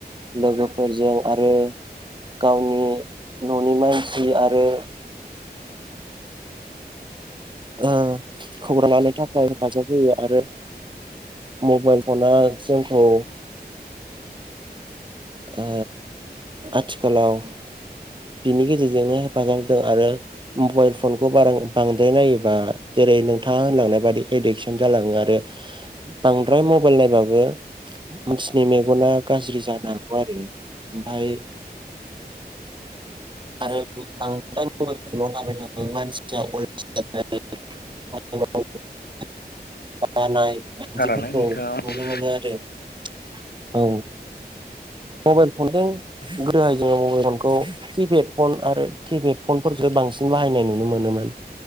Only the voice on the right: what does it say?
लोगोफोरजों आरो गावनि न'नि मानसि आरो ओ खौरां लानो थाखाय हेफाजाब होयो आरो मबाइल फनआ जोंखो ओ आथिखालाव बिनि गेजेरजोंनो हेफाजाब होदों आरो मबाइल फनखौ बार बांद्राय नायोबा जेरै नोंथाङा होनलांनाय बादि एडिकसन जालाङो आरो बांद्राय मबाइल नायबाबो मानसिनि मेगना गाज्रि जानो हागौ आरो ओमफाय <unintelligible> बानाय बानाय बायदिफोरखौ नुनो मोनो
आरो।
औ मबाइल फनदों गोदोहाय जोङो मबाइल फनखौ किपेड फन आरो किपेड फनफोरफोरखौ बांसिन बाहायनाय नुनो मोनोमोन।